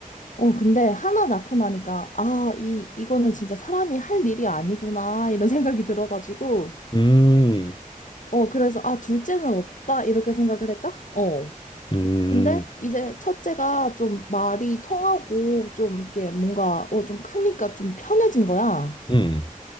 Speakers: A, on the left; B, on the left.
A: 어, 근데 하나 낳고 나니까, 아, 이, 이거는 진짜 사람이 할 일이 아니구나, 이런 <laughs> 생각이 들어가지고,
B: 음,
A: 어, 그래서, 아, 둘째는 없다, 이렇게 생각을 했다? 어.
B: 음,
A: 근데 이제 첫째가 좀 말이 통하고, 좀 이렇게 뭔가, 어, 좀 크니까 좀 편해진 거야.
B: 음,